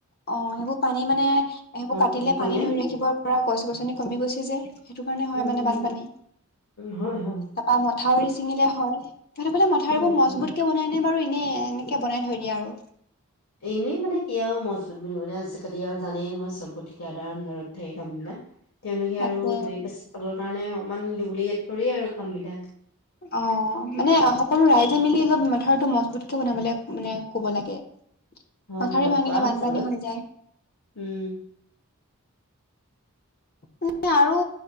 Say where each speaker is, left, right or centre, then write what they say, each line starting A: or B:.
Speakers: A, on the left; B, on the left.
A: অ সেইবোৰ পানী মানে সেইবোৰ কাটিলে
B: প্ৰশিক্ষণ
A: পানী
B: দিয়াম।
A: ধৰি ৰাখিব পৰা গছ গছনি কমি গৈছে। যে সেইটো কাৰণে হয়
B: উম,
A: মানে
B: উম,
A: বানপানী।
B: উম, হয় হয়
A: তাৰাপা মথাউৰি ছিঙিলে হয় তহঁতৰ ফালে মথাউৰিবোৰ
B: উম,
A: মজবুত
B: উম।
A: কে বনাই নে বাৰু এনে এনেকে বনাই থই। ইয়াৰো।
B: এনেই মানে কি আৰু মজবুত বুলিবলে আজিকালি আৰু জানেই নহয় চবত ঠিকাদাৰ আন্দাৰত থাকে কাম বিলাক। তেওঁলোকে
A: তাকে
B: আৰু দুই এ পিচ খাবলে কাৰণে অকমান দুব্লিকেত কৰি আৰু কাম বিলাক।
A: অ মানে সকলো ৰাইজে মিলি অলপ মথউতটো মজবুত। বনাবলে মানে ক'ব লাগে।
B: হয়,
A: পঠাৰ
B: হয়,
A: ভাঙিলে
B: কোৱা হৈছে
A: বানপানী
B: বাৰু।
A: হৈ যায়।
B: উম,
A: মানে আৰু।